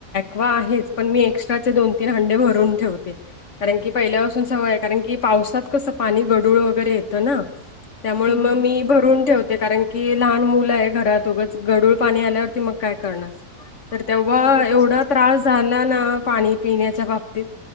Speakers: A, on the left; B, on the right.
A: वा आहे पण मी एक्स्ट्रा दोन तीन हंडे भरून ठेवते. कारण की पहिल्यापासून सवय आहे कारण की पावसात कसं पाणी गडूळ वगैरे येतं ना. त्यामुळे
B: हं,
A: मग
B: हं, हं.
A: मी भरून ठेवते कारण की लहान मुल आहे घरातोगंच गडूळ पाणी आल्यावरती मग ्हा त.
B: हो अगं तसंच
A: झाला ना पाणी पिण्याच्या बाबतीत